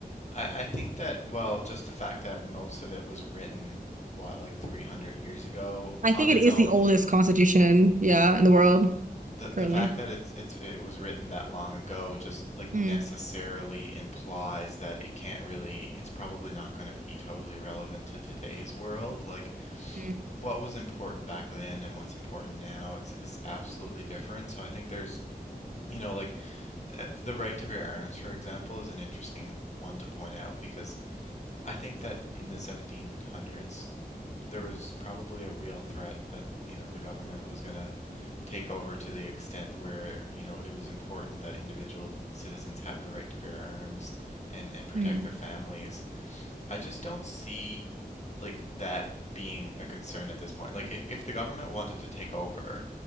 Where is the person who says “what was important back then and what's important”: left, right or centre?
Left